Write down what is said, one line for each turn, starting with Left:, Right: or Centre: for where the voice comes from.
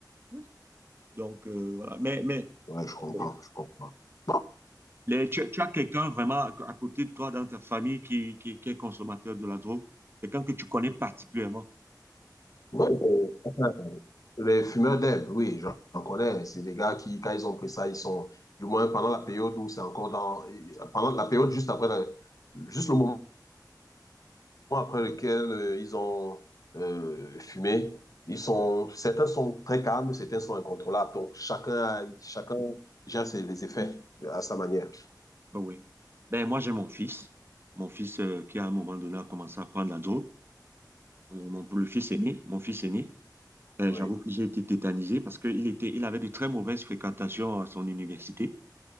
Right: Oui. Donc, euh, voilà. Mais, mais
Left: Ouais, je comprends,
Right: les-
Left: je comprends. Bon,
Right: les- tu, tu as quelqu'un vraiment à, à côté de toi dans ta famille qui, qui, qui est consommateur de la drogue, quelqu'un que tu connais particulièrement.
Left: ouais, euh, enfin, les fumeurs d'herbe, oui, j'en j'en connais. C'est des gars qui, quand ils ont pris ça, ils sont, du moins pendant la période où c'est encore dans, pendant la période juste après, la- juste le moment après lequel euh, ils ont euh, fumé, ils sont, certains sont très calmes, certains sont incontrôlables. Donc chacun, a- chacun gère ses, les effets à sa manière.
Right: Oh Oui. Ben, moi, j'ai mon fils. Mon fils euh, qui, à un moment donné, a commencé à prendre la drogue. Euh, mon, le fils aîné, mon fils aîné. Ben,
Left: Oui,
Right: j'avoue que j'ai été tétanisé parce qu'il était, il avait de très mauvaises fréquentations à son université.